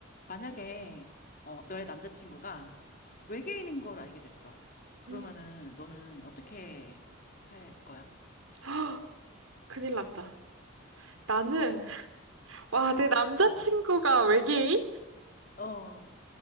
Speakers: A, on the left; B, on the right.
A: 만약에 어, 너의 남자친구가 외계인인 걸 알게 됐어. 그러면은
B: 음.
A: 너는 어떻게 할 거야?
B: <gasps> 큰일 났다. 나는, 와, 내 남자친구가
A: 어,
B: 외계인?
A: 어,